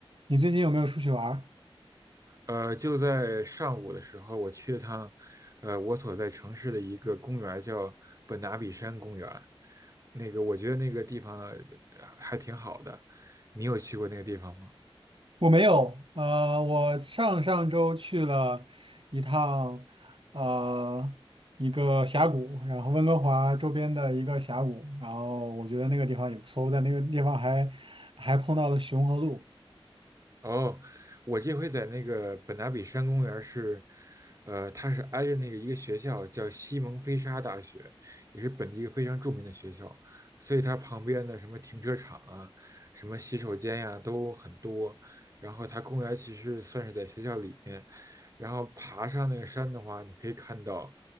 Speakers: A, on the right; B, on the right.
A: 你最近有没有出去玩儿
B: 呃，就在上午的时候，我去了趟，呃，我所在城市的一个公园儿叫本拿比山公园。那个，我觉得那个地方呃还挺好的。你有去过那个地方吗？
A: 我没有，呃，我上上周去了一趟，呃，一个峡谷，然后温哥华周边的一个峡谷，然后我觉得那个地方也不错，我在那个地方还还碰到了熊和鹿，
B: 哦，我这回在那个本拿比山公园儿是，呃，它是挨着那个一个学校叫西蒙菲沙大学，也是本地一个非常著名的学校，所以它旁边的什么停车场啊、什么洗手间呀、都很多。然后它公园儿其实算是在学校里面，然后爬上那个山的话，你可以看到，